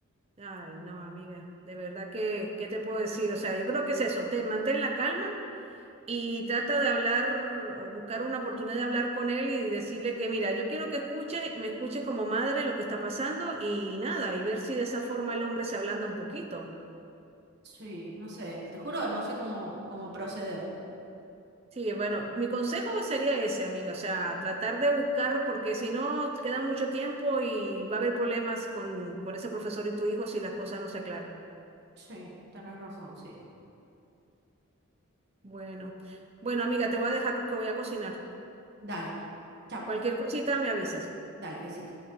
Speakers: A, on the right; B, on the right.
A: Ay, no, amiga, de verdad que, ¿qué te puedo decir? O sea, yo creo que es eso, te mantén la calma y trata de hablar o buscar una oportunidad de hablar con él y decirle que, mira, yo quiero que escuches, me escuches como madre lo que está pasando y nada, y ver si de esa forma el hombre se ablanda un poquito.
B: Sí, no sé, te juro, no sé cómo, cómo proceder.
A: Sí, bueno, mi consejo sería ese, amiga, o sea, tratar de buscar, porque si no, queda mucho tiempo y va a haber problemas con, con ese profesor y tu hijo si las cosas no se aclaran.
B: Sí, tenés razón, sí.
A: Bueno, bueno, amiga, te voy a dejar porque voy a cocinar.
B: Dale, chao,
A: Cualquier cosita me avisas.
B: dale, besito.